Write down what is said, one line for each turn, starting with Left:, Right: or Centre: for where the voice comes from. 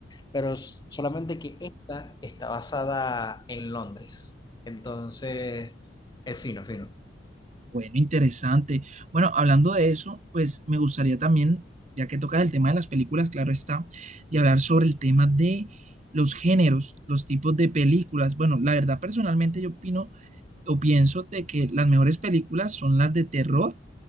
Left: Pero s- solamente que esta está basada en Londres. Entonces, es fino, fino.
Right: Bueno, interesante. Bueno, hablando de eso, pues me gustaría también, ya que tocas el tema de las películas, claro está, y hablar sobre el tema de los géneros, los tipos de películas. Bueno, la verdad, personalmente yo opino o pienso de que las mejores películas son las de terror,